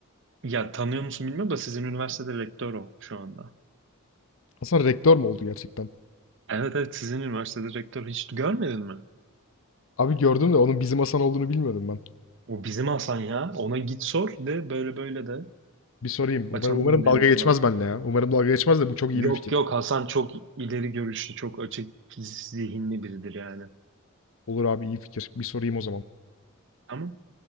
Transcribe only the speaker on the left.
Hasan rektör mü oldu gerçekten?
Abi gördüm de onun bizim Hasan olduğunu bilmiyordum ben.
Bir sorayım. Umarım,
umarım
dalga
geçmez benimle ya. Umarım dalga geçmez de bu çok iyi
bir fikir.
Olur abi iyi fikir. Bir sorayım o zaman.